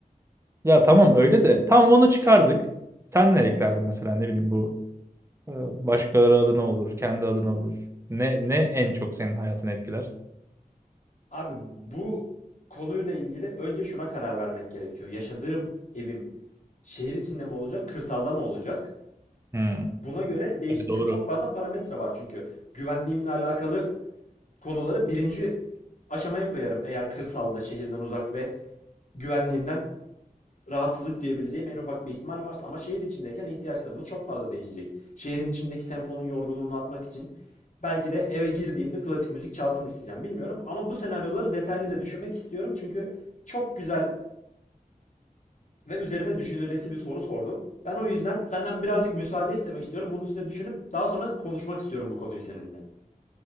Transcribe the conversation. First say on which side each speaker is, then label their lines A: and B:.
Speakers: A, on the right; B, on the left.
A: Ya tamam öyle de. Tamam onu çıkardık. Sen ne eklerdin mesela ne bileyim bu e, başkaları adına olur, kendi adına olur. Ne ne en çok senin hayatını etkiler?
B: Abi bu konuyla ilgili önce şuna karar vermek gerekiyor. Yaşadığım evim şehir içinde mi olacak, kırsalda mı olacak?
A: Hmm.
B: Buna göre değişecek
A: Tabii doğru.
B: çok fazla parametre var çünkü. Güvenliğimle alakalı konuları birinci aşamaya koyarım eğer kırsalda, şehirden uzak ve güvenliğimden rahatsızlık duyabileceğim en ufak bir ihtimal varsa ama şehir içindeyken ihtiyaçlarımız çok fazla değişecek. Şehrin içindeki temponun yorgunluğunu atmak için belki de eve girdiğimde klasik müzik çalsın isteyeceğim. Bilmiyorum ama bu senaryoları detaylıca düşünmek istiyorum çünkü çok güzel ve üzerine düşünülesi bir soru sordun. Ben o yüzden senden birazcık müsaade istemek istiyorum. Bunun üstüne düşünüp daha sonra konuşmak istiyorum bu konuyu seninle.